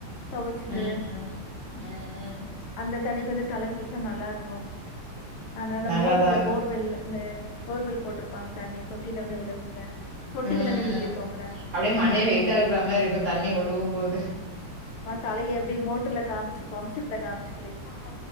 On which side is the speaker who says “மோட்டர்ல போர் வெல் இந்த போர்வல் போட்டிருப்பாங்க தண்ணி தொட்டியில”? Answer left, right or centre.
Left